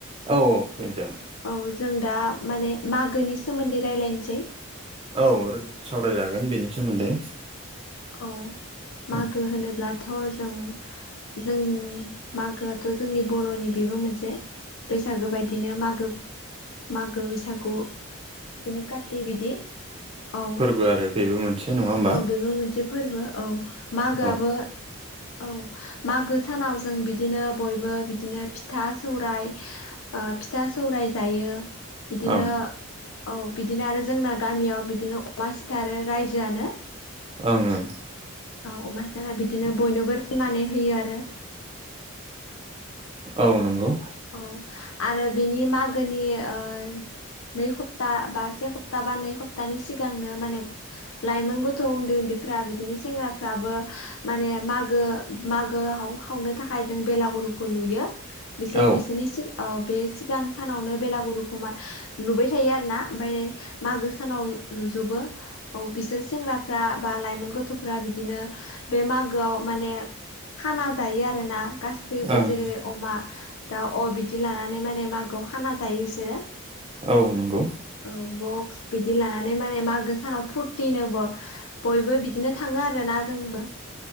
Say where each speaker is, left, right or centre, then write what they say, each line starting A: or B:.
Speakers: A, on the right; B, on the left.
A: औ-औ फैजागोन।
B: औ जों दा माने मागोनि सोमोन्दै रायज्लायनोसै।
A: औ सावरायजागोन बिनि सोमोन्दै।
B: औ मागो
A: औ
B: होनोब्लाथ' जों जों मागोआथ' जोंनि बर'नि बेबो मोनसे बैसागो बायदिनो मागो मागो बैसागु। बिदिनो खाथि बिदि औ।
A: गु आरो बेबो मोनसे नङाहम
B: औ बेबो मोनसे फोरबो औ मागोआबो।
A: औ
B: औ मागो सानाव जों बिदिनो बयबो बिदिनो फिथा सौराय ओ फिथा सौराय जायो। बिदिनो
A: ओं
B: औ बिदिनो आरो जोंना गामियाव बिदिनो अमा सिथारो रायजोआनो।
A: ओं-ओं।
B: औ अमा सिथारना बिदिनो बयनोबो राननानै होयो आरो।
A: औ नंगौ।
B: औ आरो बिनि मागोनि ओ नै हप्ता बा से हप्ता बा नै हप्तानि सिगांनो माने लाइमोन गथ' उन्दै उन्दैफ्रा बिदिनो सेंग्राफ्राबो माने मागो मागो हा हावनो थाखाय जों बेलागुरुखौ लुयो। सोर
A: औ
B: बिसोरनि अ सिगां सानावनो बेलागुरुखौ मा लुबाय थायो आरो ना। ओमफ्राय मागो सानाव ल-लुजोबो। औ बिसोर सेंग्राफ्रा बा लाइमोन गथ'फ्रा बिदिनो बे मागोआव माने खाना जायो आरो ना, गासिबो
A: ओं
B: जेरै बे अमा दा अ बिदि लानानै माने मागोआव खाना जायो बिसोरो।
A: औ नंगौ।
B: औ बक्स बिदि लानानै माने मागो सानाव फुरथिनो ब बयबो बिदिनो थाङो आरोना जोंबो ‌।